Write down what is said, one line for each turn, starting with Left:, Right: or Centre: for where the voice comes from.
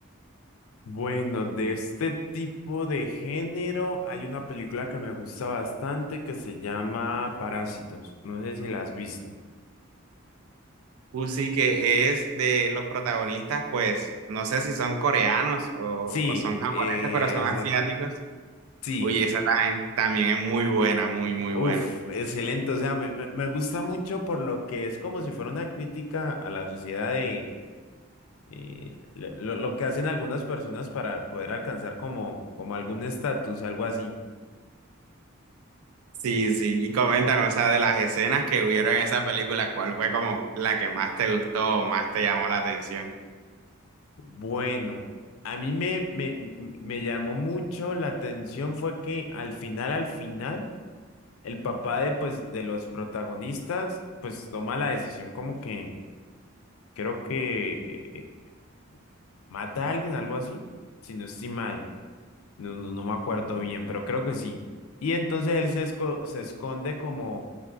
Left: Bueno, de este tipo de género hay una película que me gusta bastante que se llama Parásitos. No sé si la has visto.
Right: Uh, sí, que es de los protagonistas, pues, no sé si son coreanos o,
Left: Sí,
Right: o son japoneses,
Left: eh,
Right: pero son
Left: esa,
Right: asiáticos.
Left: sí.
Right: Uy, esa también, también es muy buena, muy, muy
Left: Uf,
Right: buena.
Left: excelente. O sea, me, me- me gusta mucho por lo que es como si fuera una crítica a la sociedad de eh, lo, lo- lo que hacen algunas personas para poder alcanzar como, como algún estatus, algo así.
Right: Sí, sí, y coméntame, o sea, de las escenas que hubieron en esa película, ¿cuál fue como la que más te gustó o más te llamó la atención?
Left: Bueno, a mí me, me, me me llamó mucho la atención fue que al final, al final, el papá de, pues, de los protagonistas, pues toma la decisión como que creo que eh, eh, mata a alguien, algo así, si no estoy mal. No, no, no me acuerdo bien, pero creo que sí. Y entonces él se, esco- se esconde como